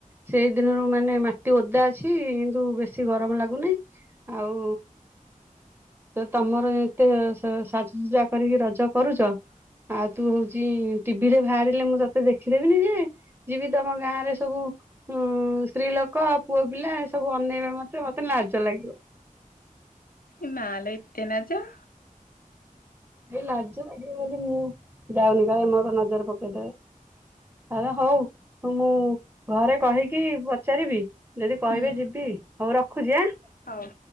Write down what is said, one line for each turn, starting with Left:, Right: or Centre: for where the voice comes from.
Right: ସେଇ ଦିନରୁ ମାନେ ମାଟି ଓଦା ଅଛି। କିନ୍ତୁ ବେଶୀ ଗରମ ଲାଗୁନାହିଁ। ଆଉ ସେ ତମର ଏତେ ସାଜସଜା କରିକି ରଜ କରୁଛ? ଆଉ ତୁ ହଉଛି ଟିଭିରେ ବାହାରିଲେ ମୁଁ ତତେ ଦେଖିଦେବିନି, ଯେ ଯିବି ତମ ଗାଁ ରେ ସବୁ ଉମ୍ ସ୍ତ୍ରୀ ଲୋକ, ପୁଅ ପିଲା ଏ ସବୁ ଅନେଇବେ ମତେ, ମତେ ଲାଜ ଲାଗିବ।।
Left: ଏ ମାଲୋ ଏତେ ଲାଜ?
Right: ଏ ଲାଜ ମାଡ଼ିବ ବୋଲି ମୁଁ ଯାଉନି ବା। ମୋର ନଜର ପକେଇଦେବେ। ଆରେ ହଉ ମୁଁ ଘରେ କହିକି ପଚାରିବି? ଯଦି କହିବେ
Left: ହୁଁ
Right: ଯିବି। ହଉ ରଖୁଛି ଆଁ।
Left: ହଉ।